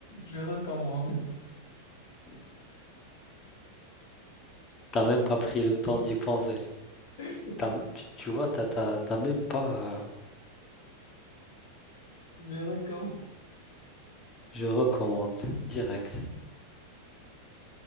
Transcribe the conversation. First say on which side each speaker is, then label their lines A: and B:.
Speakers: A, on the left; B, on the left.
A: je, je recommande.
B: t'as même pas pris le temps d'y penser.
A: <laughs>
B: T'as- tu, tu vois, t'as, t'as- t'as même pas. euh,
A: Je recommande.
B: je recommande direct.